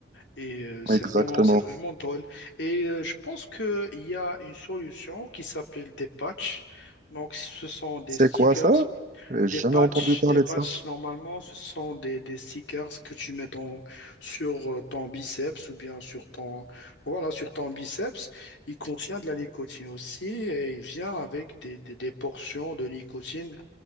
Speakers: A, on the left; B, on the right.
A: Et euh, c'est
B: Exactement.
A: vraiment, c'est vraiment drôle. Et euh, je pense qu'il y a une solution qui s'appelle des patchs. Donc, ce sont des
B: C'est
A: stickers
B: quoi ça? J'ai
A: des
B: jamais
A: patchs,
B: entendu parler
A: des patchs,
B: de ça.
A: normalement, ce sont des, des stickers que tu mets dans, sur euh, ton biceps ou bien sur ton, voilà, sur ton biceps. Il contient de la nicotine aussi et il vient avec des, des- des portions de nicotine